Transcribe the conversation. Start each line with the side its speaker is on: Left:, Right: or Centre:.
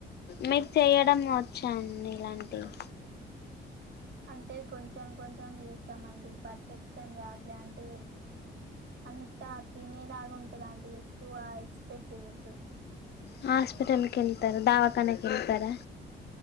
Left: మీరు చేయడం వచ్చా అండి ఇలాంటివి
Right: అంటే కొంచెం కొంచెం చేస్తామండి పర్ఫెక్షన్ రావట్లే అంటే అంతా తినేలాగా ఉంటదండి ఎక్కువ ఎక్స్పెక్ట్ చేయొద్దు
Left: హాస్పిటల్ కి వేళ్తారా దావాఖనాకు వెళ్తారా